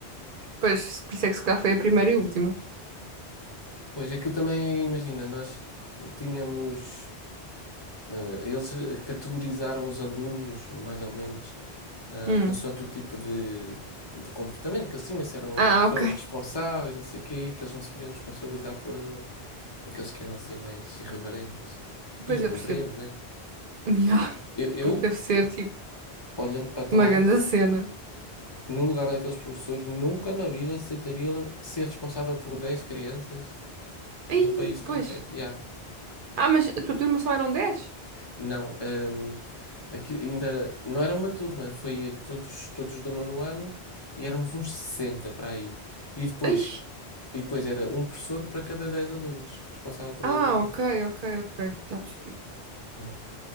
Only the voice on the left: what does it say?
Pois aquilo também, imagina, nós tínhamos. eh, eles eh, categorizaram os alunos, mais ou menos ah,
consoante o tipo de, de comportamento que eles tinham, se eram
pessoas
responsáveis, não sei o quê, que eles não se queriam responsabilizar por ah, aqueles que eram assim mais irreverentes.
E eu
compreendo,
né?
Eu, eu,
olhando para trás,
no lugar daqueles professores, nunca na vida aceitaria ser responsável por 10 crianças num
país estrangeiro.
Yeah.
Não, hum, aqui ainda não era uma turma, foi todos, todos do nono ano e éramos uns 60 para aí. E depois
E depois era um professor para cada 10 alunos, responsável por
10 alunos.
Yeah.